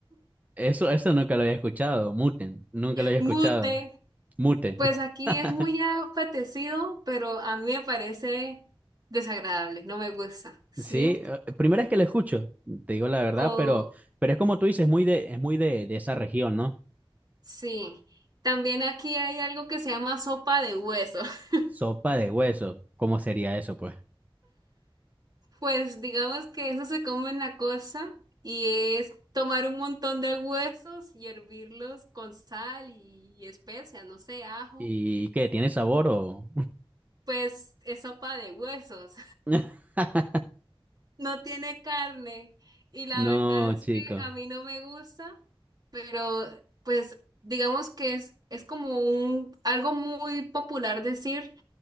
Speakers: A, on the right (about 15°); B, on the right (about 45°).
A: eso, eso nunca lo había escuchado. Muten, nunca lo había
B: Mute.
A: escuchado. Mute.
B: Pues aquí
A: <laughs>
B: es muy apetecido, pero a mí me parece desagradable, no me gusta, ¿sí?
A: Sí, eh, primera vez que lo escucho, te digo la verdad,
B: O
A: pero, pero es como tú dices, muy de, es muy de, de esa región, ¿no?
B: sí, también aquí hay algo que se llama sopa de hueso. <laughs>
A: Sopa de hueso, ¿cómo sería eso, pues?
B: Pues digamos que eso se come en la costa y es tomar un montón de huesos y hervirlos con sal y especias, no sé, ajo.
A: ¿Y qué? ¿Tiene sabor o...?
B: Pues es sopa de huesos.
A: <laughs>
B: No tiene carne y la
A: No,
B: verdad es
A: chico.
B: que a mí no me gusta, pero pues digamos que es, es como un algo muy popular decir